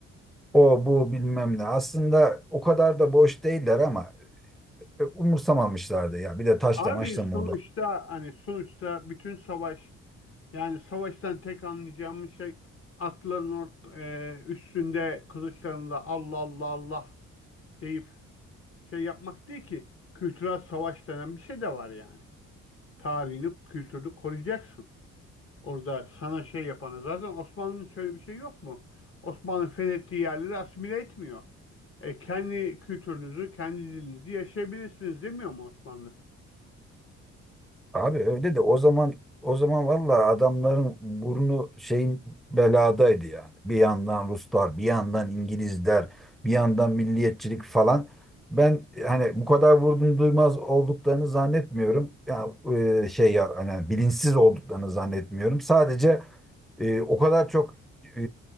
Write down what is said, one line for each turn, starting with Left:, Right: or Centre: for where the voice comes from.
Centre: O bu bilmem ne. Aslında o kadar da boş değiller ama e, umursamamışlardı ya. Bir de taşla
Left: Abi
Centre: maçla mı
Left: sonuçta hani sonuçta bütün savaş yani savaştan tek anlayacağımız şey atların ort e, üstünde kılıçlarında Allah Allah Allah deyip şey yapmak değil ki kültürel savaş denen bir şey de var yani. Tarihini, kültürünü koruyacaksın. Orada sana şey yapana zaten Osmanlı'nın şöyle bir şey yok mu? Osmanlı fethettiği yerleri asimile etmiyor. E, kendi kültürünüzü, kendi dilinizi yaşayabilirsiniz demiyor mu Osmanlı?
Centre: Abi öyle de o zaman o zaman vallahi adamların burnu şeyin beladaydı yani. Bir yandan Ruslar, bir yandan İngilizler, bir yandan milliyetçilik falan. Ben hani bu kadar vurdum duymaz olduklarını zannetmiyorum. Ya e, şey ya hani bilinçsiz olduklarını zannetmiyorum. Sadece e, o kadar çok e,